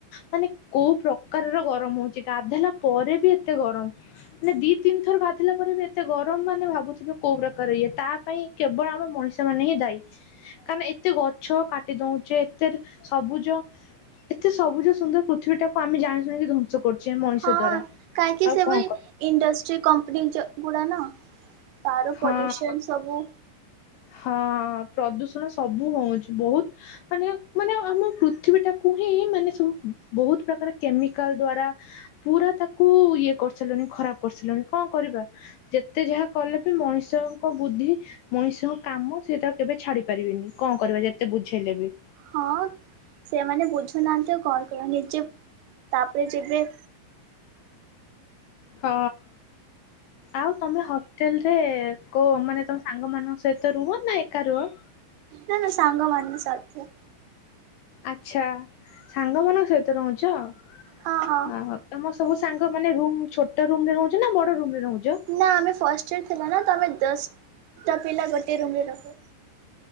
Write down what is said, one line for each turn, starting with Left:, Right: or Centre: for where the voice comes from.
Left: ମାନେ କୋଉ ପ୍ରକାରର ଗରମ ହଉଛି। ଗାଧୋଇଲା ପରେ ବି ଏତେ ଗରମ! ମାନେ ଦି ତିନି ଥର ଗାଧେଇଲା ପରେ ବି ଏତେ ଗରମ ମାନେ ଭାବୁଥିବେ କୋଉ ପ୍ରକାର ଇଏ। ତା ପାଇଁ କେବଳ ଆମ ମଣିଷ ମାନେ ହିଁ ଦାୟୀ। କାରଣ ଏତେ ଗଛ କାଟି ଦଉଛେ ଏତେ ସବୁଜ ଏତେ ସବୁଜ ସୁନ୍ଦର ପୃଥିବୀ ଟାକୁ ଆମେ ଜାଣି ଶୁଣିକି ଧ୍ବଂ ସ କରୁଚେ ମଣିଷ
Right: ହଁ
Left: ଦ୍ଵାରା।
Right: କାହିଁକି
Left: ଆଉ
Right: ସେଭଳି
Left: କଣ କର
Right: ଇଣ୍ଡଷ୍ଟ୍ରି କମ୍ପାନୀ ଜ ଗୁଡ଼ା ନା ତାର
Left: ହଁ
Right: ପଲ୍ୟୁସନ ସବୁ।
Left: ହଁ ପ୍ରଦୂଷଣ ସବୁ ହଉଛି। ବହୁତ ମାନେ ମାନେ ଆମ ପୃଥିବୀ ଟାକୁ ହିଁ ମାନେ ସବୁ ବହୁତ ପ୍ରକାର କେମିକାଲ ଦ୍ଵାରା ପୁରା ତାକୁ ଇଏ କରିସାରିଲେଣି ଖରାପ। କରିସିଲୁଣି କଣ କରିବା ଯେତେ ଯାହା କଲେ ବି ମଣିଷଙ୍କ ବୁଦ୍ଧି। ମଣିଷଙ୍କ କାମ ସେ ତା କେବେ ଛାଡି ପାରିବିନି କଣ କରିବା ଯେତେ ବୁଝେଇଲେ ବି।
Right: ହଁ ସେମାନେ ବୁଝୁନାହାନ୍ତି କଣ କର ନିଜେ ତାପରେ ଯେବେ
Left: ହଁ। ଆଉ ତୁମେ ହଷ୍ଟେଲରେ କେଉଁ ମାନେ ତୁମ ସାଙ୍ଗମାନଙ୍କ ସହିତ ରୁହ ନା ଏକା ରୁହ?
Right: ନା ନା ସାଙ୍ଗ ମାନ ସାଥେ
Left: ଆଚ୍ଛା ସାଙ୍ଗମାନଙ୍କ ସହିତ ରହୁଛ। ଓ
Right: ହଁ ହଁ
Left: ହା। ତମ ସବୁ ସାଙ୍ଗ ମାନେ ରୁମ ଛୋଟ ରୁମ ରେ ରହୁଛ ନା ବଡ ରୁମ ରେ ରହୁଛ?
Right: ନା ଆମେ ଫାଷ୍ଟ ଇୟର ଥିଲା ନା ତ ଆମେ ଦଶଟା ପିଲା ଗୋଟିଏ ରୁମ୍ ରେ ରହୁ।